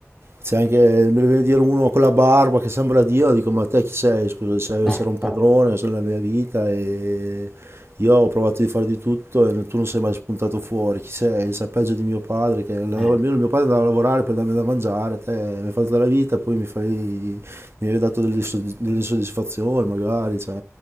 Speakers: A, on the right; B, in the centre.
A: c'è anche, me ne viene a dire uno con la barba che sembra Dio, dico ma te chi sei? Scusa, sei-
B: Eh,
A: c'era un padrone
B: eh,
A: nella mia vita e io ho provato di fare di tutto e tu non sei mai spuntato fuori, chi sei? Sei peggio di mio padre, che andava-
B: eh.
A: almeno mio padre andava a lavorare per darmi da mangiare, te mi hai fatto la vita, poi mi fai, mi hai dato delle, insoddis- delle insoddisfazioni magari, cioè,